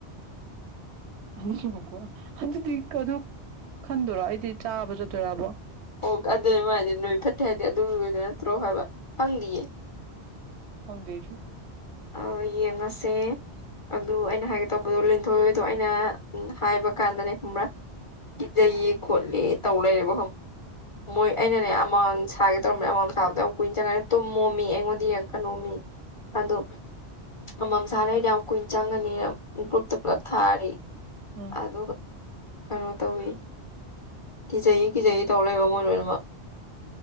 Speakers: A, on the right (about 80°); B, on the left (about 30°).
A: ꯑꯅꯤ ꯁꯨꯕꯀꯣ ꯑꯗꯨꯗꯤ ꯑꯗꯨ ꯈꯟꯗꯣꯏꯔꯣ ꯑꯩꯗꯤ ꯆꯥꯕ ꯆꯠꯇꯣꯏꯔꯕꯣ
B: ꯑꯣ ꯑꯗꯨꯅꯤ ꯃꯥꯏꯗꯨ ꯅꯨꯃꯤꯠ ꯐꯠꯇꯦ ꯍꯥꯏꯗꯤ ꯑꯗꯨ ꯑꯣꯏꯗꯣꯏ ꯅꯠꯇ꯭ꯔꯣ ꯍꯥꯏꯕ ꯈꯪꯗꯤꯌꯦ
A: ꯈꯪꯗꯦ ꯑꯩꯁꯨꯨ
B: ꯑꯥ ꯌꯦꯡꯉꯁꯦ ꯑꯗꯨ ꯑꯩꯅ ꯍꯥꯏꯒꯦ ꯇꯧꯕꯗꯣ ꯂꯤꯟꯊꯣꯏ ꯍꯣꯏꯗꯣ ꯑꯩꯅ ꯎꯝ ꯍꯥꯏꯕ ꯀꯥꯟꯗꯅꯦ ꯈꯪꯕ꯭ꯔꯥ ꯀꯤꯖꯩꯌꯦ ꯈꯣꯠꯂꯦ ꯇꯧ ꯂꯩꯔꯦꯕ ꯃꯣꯏ ꯑꯩꯅꯅꯦ ꯑꯃꯥꯡ ꯁꯥꯒꯦ ꯇꯧꯔꯝꯕꯅꯦ ꯑꯃꯥꯝ ꯃꯝ ꯁꯥꯒꯦ ꯇꯩꯔꯝꯕꯅꯦ ꯑꯃꯝ ꯃꯝ ꯁꯕꯗꯣ ꯌꯝ ꯀꯨꯏꯅ ꯆꯪꯉꯅꯤ ꯇꯨꯝꯃꯣꯃꯤ ꯑꯩꯉꯣꯟꯗ ꯌꯦꯡꯉꯛ ꯀꯅꯣꯝꯃꯤ ꯑꯗꯣ ꯑꯃ ꯃꯝ ꯁꯂꯩꯔꯗꯤ ꯌꯥꯝ ꯀꯨꯏꯅ ꯆꯪꯉꯅꯤꯅ ꯒ꯭ꯔꯨꯞꯇ ꯄꯨꯂꯞ ꯊꯥꯔꯤ
A: ꯎꯝ
B: ꯑꯗꯨꯒ ꯀꯩꯅꯣ ꯇꯧꯋꯤ ꯀꯤꯖꯩ ꯀꯤꯖꯩ ꯇꯧꯔ ꯂꯩꯕ ꯃꯣꯏ ꯂꯣꯏꯅꯃꯛ